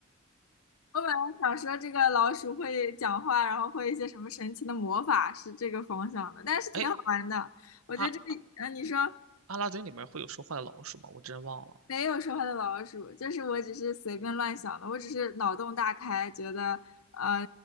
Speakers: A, on the left; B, on the right.
A: 我本来想说这个老鼠会讲话，然后会一些什么神奇的魔法，是这个方向的，但是挺好玩的。
B: 哎，
A: 我觉得这个，
B: 阿
A: 呃，你说
B: 阿拉丁里面会有说话的老鼠吗？我真忘了。
A: 没有说话的老鼠，就是我只是随便乱想的，我只是脑洞大开，觉得，呃，